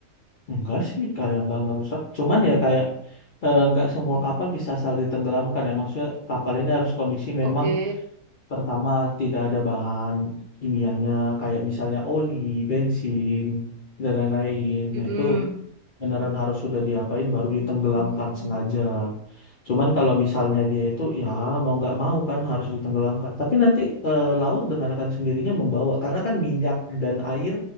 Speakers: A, on the left; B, on the right.
A: Enggak sih, kayak nggak ngerusak. Cuman ya kayak eh, nggak semua
B: Mm-mm.
A: kapal bisa asal ditenggelamkan ya. Maksudnya kapal ini harus kondisi
B: Oke.
A: memang pertama tidak ada bahan kimianya kayak misalnya oli, bensin dan lain-lain.
B: Mm-mm.
A: Nah itu beneran
B: Mm-mm.
A: harus sudah diapain baru ditenggelamkan
B: Oke.
A: sengaja. Cuman kalau misalnya dia itu ya mau nggak mau kan harus ditenggelamkan. Tapi nanti eh, laut dengan akan sendirinya membawa karena kan minyak dan air